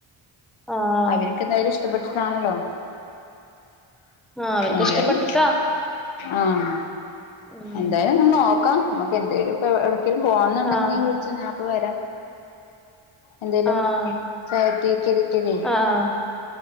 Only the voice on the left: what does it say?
അവര്ക്ക് എന്തായാലും ഇഷ്ടപ്പെട്ടിട്ടാണല്ലോ
എന്തായാലും
ആഹ്
എന്തായാലും ങ്ങനെ നോക്കാ. മ്മക്ക് എന്തെലൊക്കെ ഇ എ വ്ട്ക്കേലും പോവന്ന്ണ്ടെങ്കിൽ
വിളിച്ചൊ ഞാപ്പൊ വരാ എന്തേലും
<unintelligible> ക്കല്ലേ